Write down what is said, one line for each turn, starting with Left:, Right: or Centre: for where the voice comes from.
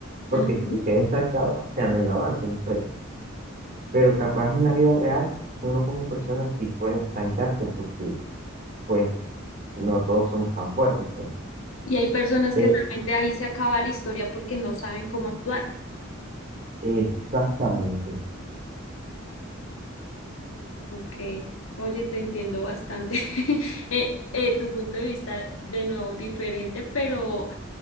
Right: porque
Left: Ujú.
Right: si se queda estancado, o sea, no hay avance en la historia. Pero capaz en la vida real, uno como persona sí puede estancarse porque, pues, no todos somos tan fuertes, pues.
Left: Y hay personas
Right: Pero,
Left: que realmente ahí se acaba la historia porque no saben cómo actuar.
Right: exactamente.
Left: Ok, oye, te entiendo bastante. <laughs> Eh, eh, tu punto de vista, de nuevo, diferente, pero